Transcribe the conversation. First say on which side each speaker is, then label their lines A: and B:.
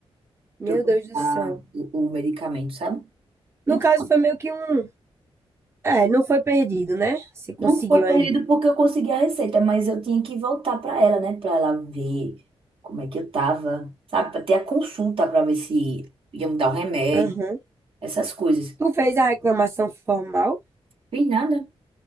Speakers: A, on the right (about 25°); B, on the right (about 60°).
A: Meu
B: para eu comprar
A: Deus do céu.
B: o, o medicamento, sabe?
A: No
B: Então,
A: caso, foi meio que um. É, não foi perdido, né? Se conseguiu
B: Não foi
A: ainda.
B: perdido porque eu consegui a receita, mas eu tinha que voltar para ela, né? Para ela ver como é que eu tava, sabe? Para ter a consulta para ver se ia me dar o remédio,
A: Aham.
B: essas coisas.
A: Tu fez a reclamação formal,
B: Fiz nada.